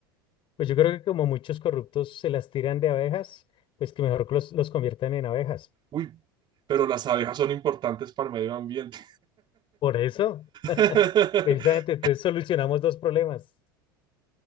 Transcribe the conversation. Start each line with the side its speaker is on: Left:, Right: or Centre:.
Left: Pues yo creo que como muchos corruptos se las tiran de abejas, pues que mejor que los, los conviertan en abejas.
Right: Uy, pero las abejas son importantes para el medio ambiente.
Left: Por eso,
Right: <laughs>
Left: precisamente, entonces solucionamos dos problemas.